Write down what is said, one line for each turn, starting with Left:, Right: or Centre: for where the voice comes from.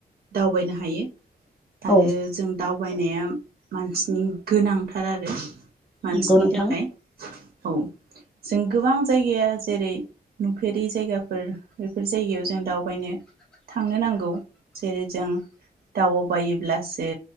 Right: दावबायनो हायो आरो
Centre: औ
Right: जों दाउ बायनाया मानसिनि गोनांथार आरो मानसिनि
Centre: नंगौ नोंथां
Right: थाखाय औ जों गोबां जायगाया जेरै नुफेरि जायगाफोर बेफोर जायगायाव जों दावबायनो थांनो नांगौ जेरै जों दाउबायोब्लासो